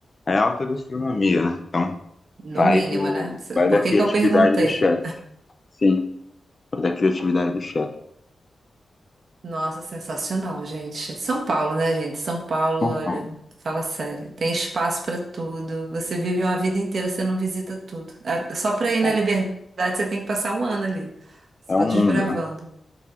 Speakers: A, on the left (about 30°); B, on the right (about 60°).
A: É alta gastronomia, né? Então,
B: No
A: vai
B: mínimo,
A: do,
B: né?
A: vai da
B: Por que
A: criatividade
B: que eu perguntei?
A: do chefe. Sim, vai da criatividade do chefe.
B: Nossa, sensacional, gente. São Paulo, né, gente? São Paulo,
A: Então,
B: olha, fala sério. Tem espaço pra tudo. Você vive uma vida inteira, você não visita tudo. Ah, Só pra ir
A: tá.
B: na Liberdade, você tem que passar um ano ali, só
A: É um
B: desbravando.
A: mundo, né?